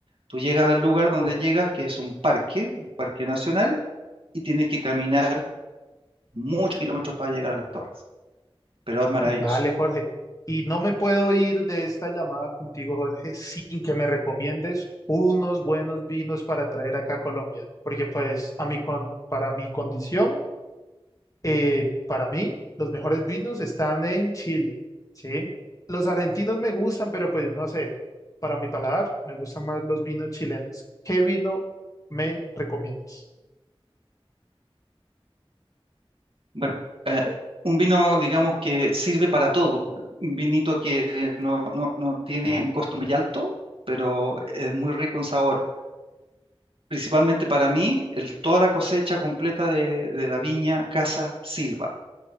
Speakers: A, on the right (about 65°); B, on the left (about 35°).
A: Tú llegas al lugar donde
B: O-
A: llegas, que es un parque, un parque nacional, y tienes que caminar muchos kilómetros para llegar a las torres, pero es maravilloso.
B: vale, Jorge. Y no me puedo ir de esta llamada contigo, Jorge, sin que me recomiendes unos buenos vinos para traer acá a Colombia, porque pues a mí, con, para mi condición eh, para mí, los mejores vinos están en Chile, ¿sí? Los argentinos me gustan, pero pues no sé, para mi paladar me gustan más los vinos chilenos. ¿Qué vino me recomiendas?
A: Bueno, eh, un vino, digamos, que sirve para todo, un vinito que no, no, no tiene un costo muy alto, pero es muy rico en sabor. principalmente para mí, el- toda la cosecha completa de, de la viña Casa Silva.